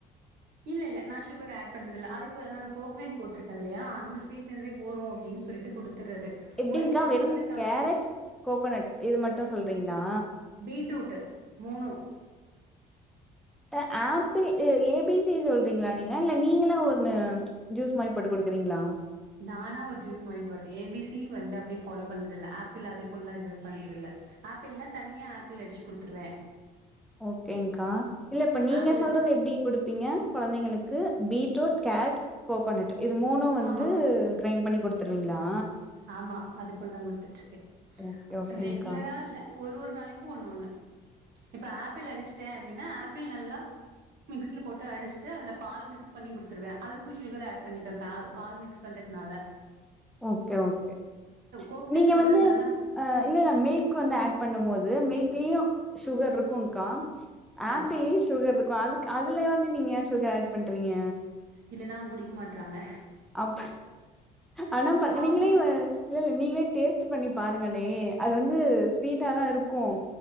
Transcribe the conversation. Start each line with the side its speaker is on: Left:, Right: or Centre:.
Right: இல்ல இல நா சுகர் ஆட் பண்றதுல்ல அதுக்கு நா கோகனட் போட்ருக்கேல்லைய அந்த ஸ்வீட்னஸ்ஸே போது அப்டின்னு சொல்ட்டு குடுத்துறது
Centre: எப்டிங்க்கா
Right: ஒயிட் சுகர்
Centre: வெறு
Right: வந்து க
Centre: கேரட் கோகனட் இது மட்டு சொல்றீங்களா
Right: பீட்ரூட்டு மூணு
Centre: அ ஆப்பி ஏ பி சி சொல்றீங்களா நீங்க இல்ல நீங்களா ஒன்னு ஜூஸ் மாரி போட்டு குடுக்குறீங்களா
Right: நானா ஒரு ஜூஸ் மாரி போடுறே ஏ பி சி வந்து அப்டி ஃபாலோ பண்றதுல்ல ஆப்பிள் அதே போல எல்லா இது பண்றது இல்ல ஆப்பிள்னா தனியா ஆப்பிள் அடிச்சு குடுத்துருவே
Centre: ஓகேங்க்கா இல்ல இப்ப நீங்க
Right: ஆப்பிள்
Centre: சொல்றது எப்டி கொடுப்பீங்க கொழந்தைங்களுக்கு பீட்ரூட் கேரட் கோகனட் இது மூணு வந்து
Right: ஆமா
Centre: கிரைண்ட் பண்ணி கொடுத்துருவீங்களா
Right: ஆமா அது போலதா குடுத்துட்டு இருக்கே
Centre: ஓகே ஓகேங்க்கா
Right: ரெகுலரா இல்ல ஒரு ஒரு நாளைக்கு ஒண்ணு ஒண்ணு இப்ப ஆப்பிள் அடிச்ட்டே அப்டின்னா ஆப்பிள் நல்லா மிக்ஸியில போட்டு அடிச்சுட்டு அதுல பால் மிக்ஸ் பண்ணி கொடுத்துருவே அதுக்கு சுகர் ஆட் பண்ணிப்பே பே பால் மிக்ஸ் வந்துட்னால
Centre: ஓகே ஓகே
Right: கோக்னட்
Centre: நீங்க
Right: போடுறதுனால
Centre: வந்து அ இல்ல மில்க் வந்து ஆட் பண்ணு போது மில்க்லயு சுகர் இருக்கும்கா
Right: ஆமா
Centre: ஆப்பிள்யே சுகர் இருக்கு அதுக் அதுலயே வந்து நீங்க சுகர் ஆட் பண்றீங்க
Right: இல்லன்னா அவங்க குடிக்க மாட்றாங்க
Centre: அப் ஆனா பணுவீங்களே
Right: ஆமா
Centre: அ இல்ல இல்ல நீங்களே டேஸ்ட் பண்ணி பாருங்களே அது வந்து ஸ்வீட்டாதா இருக்கு